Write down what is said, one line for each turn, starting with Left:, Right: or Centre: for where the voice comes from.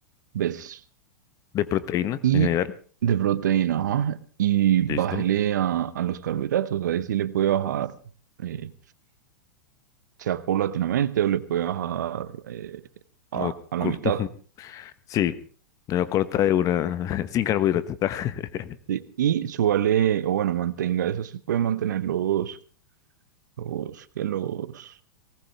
Right: veces.
Left: De proteína
Right: Y
Left: en general.
Right: de proteína, ajá, Y
Left: Listo.
Right: bájele a, a los carbohidratos, ahí sí le puede bajar, eh, sea paulatinamente o le puede bajar eh, a,
Left: No
Right: a la
Left: cur-
Right: mitad.
Left: <laughs> Sí. Me lo corta de una. <laughs> Sin carbohidratos. <laughs>
Right: ¿sí? Y súbale, o bueno, mantenga, eso se puede mantener los, los, que los